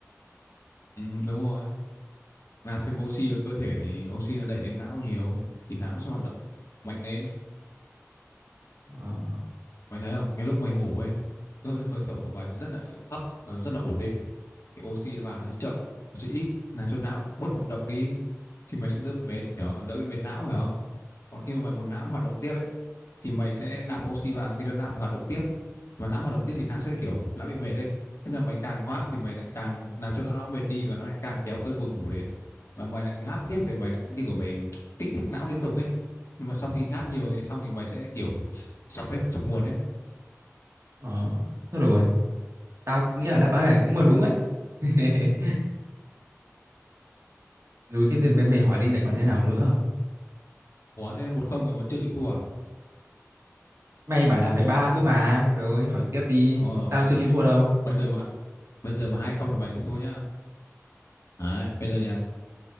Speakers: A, on the left; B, on the right.
A: ừ, đúng rồi nạp thêm oxy vào cơ thể thì oxy nó đẩy lên não nhiều thì não nó sẽ hoạt động mạnh lên
B: ờ,
A: mày thấy không cái lúc mày ngủ ấy hơi hơi thở của mày sẽ rất là thấp nó rất là ổn định thì oxy vào nó sẽ chậm nó sẽ ít làm cho não bớt hoạt động đi thì mày sẽ đỡ bị mệt hiểu không? đỡ bị mệt não hiểu không còn khi mà mày muốn não nó hoạt động tiếp ấy thì mày sẽ nạp oxy vào khiến cho não phải hoạt động tiếp mà não hoạt động tiếp thì não sẽ kiểu não bị mệt đấy, thế là mày càng ngáp thì mày lại càng làm cho não mệt đi và nó lại càng kéo cơn buồn ngủ đến và mày lại ngáp tiếp để mày lại như của mày kích thích não liên tục ấy nhưng mà sau khi ngáp nhiều thế xong thì mày sẽ kiểu sập ấy sập nguồn ấy
B: ờ. thôi được rồi tao nghĩ là đáp án này cũng là đúng ấy <laughs> Rồi tiếp đến mày, mày hỏi đi lại còn thế nào nữa.
A: ủa thế là một không rồi vẫn chưa chịu thua à?
B: Mày bảo là phải ba cơ mà. Trời ơi, hỏi tiếp đi.
A: rồi
B: Tao
A: rồi
B: chưa chịu thua đâu.
A: bây giờ mà bây giờ mà hai không là mày sẽ thua nhá Đấy, bây giờ nhà